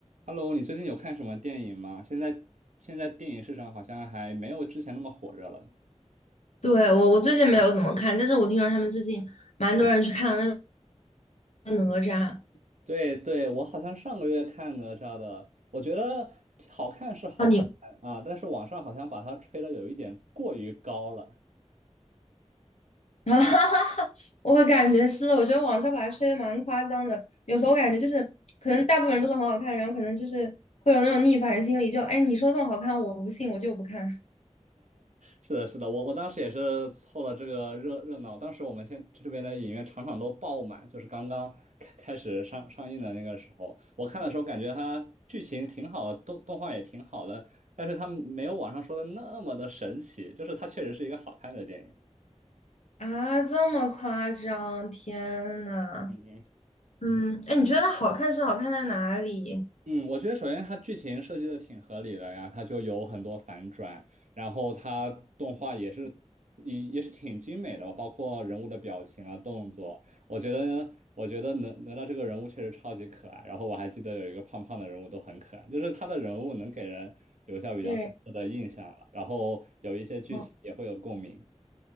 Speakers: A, on the right (about 80°); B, on the left (about 65°).
A: Hello，你最近有看什么电影吗？现在现在电影市场好像还没有之前那么火热了呢。
B: 对，我我最近没有怎么看，但是我听说他们最近蛮多人去看了那个哪吒
A: 对对，我好像上个月看哪吒的，我觉得好看是好看啊，
B: 啊，你，
A: 但是网上好像把它吹的有一点过于高了。
B: <laughs> 哈哈哈，我感觉是的，我觉得网上把它吹的蛮夸张的，有时候我感觉就是可能大部分人都说很好看，然后可能就是会有那种逆反心理，就哎你说这么好看，我不信，我就不看
A: 是的，是的，我我当时也是凑了这个热热闹。当时我们现这边的影院场场都爆满，就是刚刚开开始上上映的那个时候，我看的时候感觉它剧情挺好的，动动画也挺好的，但是它没有网上说的那么的神奇，就是它确实是一个好看的电影。
B: <laughs> 啊，这么夸张，天呐，
A: 嗯
B: 嗯，哎，你觉得它好看是好看在哪里？
A: 嗯，我觉得首先它剧情设计的挺合理的呀，它就有很多反转，然后它动画也是也也是挺精美的吧，包括人物的表情啊、动作，我觉得我觉得哪哪吒这个人物确实超级可爱，然后我还记得有一个胖胖的人物都很可爱，就是他的人物能给人留下比较深刻的印象了，
B: 对，
A: 然后有一些剧情也会有共鸣。
B: 哦，